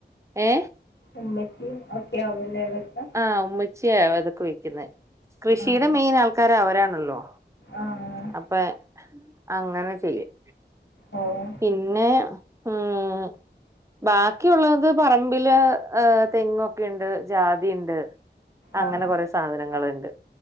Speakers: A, on the right (about 15°); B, on the left (about 75°).
A: ഏ
B: ഉമ്മയ്ക്ക് ഓക്കെ ആവു ലേ വെക്കാൻ
A: ആ ഉമ്മിച്ചിയ അതൊക്കെ വെക്കുന്നത് കൃഷിയുടെ
B: ആഹ്
A: മെയിൻ ആൾക്കാര് അവരാണല്ലോ
B: ആഹ്
A: അപ്പൊ അങ്ങനെ ചെയ്യും
B: ഓഹ്
A: പിന്നെ ഉം ബാക്കിയുള്ളത് പറമ്പില് എ തെങ്ങൊക്കെണ്ട് ജാതിണ്ട് അങ്ങനെ
B: ആഹ്
A: കൊറെ സാധനങ്ങുണ്ട്